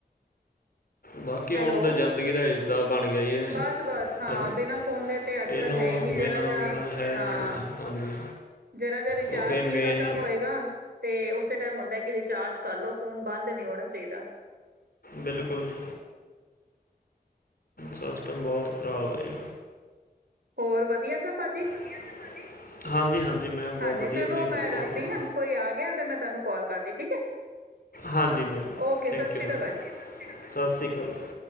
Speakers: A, on the left; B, on the right.
A: ਬਾਕੀ ਹੁਣ
B: ਹੈਲੋ
A: ਤਾਂ ਜ਼ਿੰਦਗੀ ਦਾ ਹਿ ਤਾ ਬਣ ਗਿਆ ਜੀ ਹੈਲੋ
B: ਬਸ ਬਸ ਹਾਂ ਬਿਨਾਂ ਫੋਨ ਦੇ ਤੇ ਅੱਜ
A: ਇਹਨੂੰ
B: ਕੱਲ ਹੈ ਹੀ ਨੀ
A: ਬਿਨਾਂ
B: ਜਰਾ ਜਾ
A: ਬਿਨਾਂ ਹੈ
B: ਹਾਂ
A: ਨਹੀਂ ਕੁਝ ਹਾਂਜੀ।
B: ਜਰਾ ਜ ਰਿਚਾਰਜ
A: ਕਿਉਂਕਿ ਮੇਨ
B: ਕੀ ਖ਼ਤਮ ਹੋਏਗਾ, ਤੇ ਉਸੇ ਟਾਈਮ ਹੁੰਦਾ ਕਿ ਰਿਚਾਰਜ ਕਰ ਲੋ ਫੋਨ ਬੰਦ ਨਹੀਂ ਹੋਣਾ ਚਾਹੀਦਾ।
A: ਬਿਲਕੁਲ ਜੀ। ਸਿਸਟਮ ਬਹੁਤ ਖ਼ਰਾਬ ਹੈ।
B: ਹੋਰ ਵਧੀਆ ਸਭ ਭਾਜੀ।
A: <inaudible> ਹਾਂਜੀ- ਹਾਂਜੀ ਮੈਮ ਬਹੁਤ
B: ਹਾਂਜੀ
A: ਵਧੀਆ
B: ਚਲੋ
A: ਤੁਸੀਂ
B: ਮੈਂ
A: ਦੱਸੋ
B: ਰੱਖਦੀ
A: ਆਪਨਾ
B: ਹਾਂ ਕੋਈ ਆ ਗਿਆ ਫਿਰ ਮੈਂ ਤੁਹਾਨੂੰ ਕਾਲ ਕਰਦੀ ਠੀਕ ਹੈ
A: ਹਾਂਜੀ ਮੈਮ
B: ਓਕੇ
A: ਥੈਂਕ
B: ਸਤਿ ਸ਼੍ਰੀ
A: ਯੂ
B: ਅਕਾਲ
A: ਮੈਮ,
B: ਭਾਜੀ
A: 'ਸਤਿ ਸ਼੍ਰੀ ਅਕਾਲ ਜੀ'